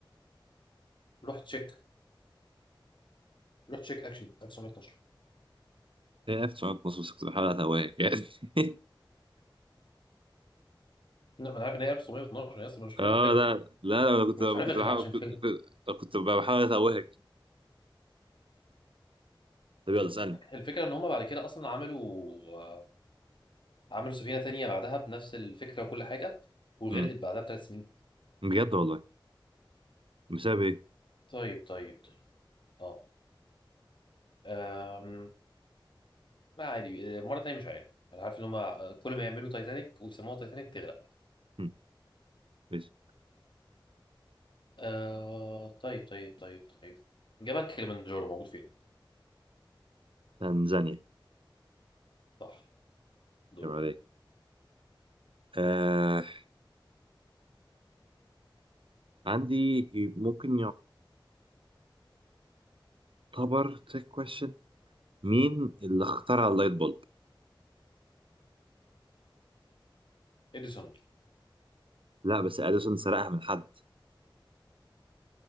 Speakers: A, on the left; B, on the right.
A: روح تشيك روح تشيك اكشلي 1912
B: هي 1912 بس كنت بحاول اتوهك يعني <laughs>
A: لا ما انا عارف ان هي 1912 انا اصلا ما شفتها
B: اه
A: في فيلم
B: لا لا لا أنا كنت
A: انا مش عارفها
B: كنت
A: غير
B: بحاول
A: عشان
B: كنت
A: فيلم
B: كنت كنت بحاول اتوهك طب يلا اسالني
A: الفكره ان هم بعد كده اصلا عملوا آه، عملوا سفينة تانية بعدها بنفس الفكرة وكل حاجة وغرقت
B: مم.
A: بعدها بثلاث سنين
B: بجد والله بسبب ايه؟
A: طيب طيب طيب اه أم... ما عادي آه، مرة تانية مش عارف أنا عارف إن هما كل ما يعملوا تايتانيك ويسموها تايتانيك تغرق
B: مم. ماشي
A: أه... طيب طيب طيب طيب جبل كليمنجارو موجود فين؟
B: تنزانيا
A: صح دول
B: يبقى عليك آه عندي ممكن يعتبر تريك كويشن مين اللي اخترع اللايت بولب
A: إديسون
B: لا بس اديسون سرقها من حد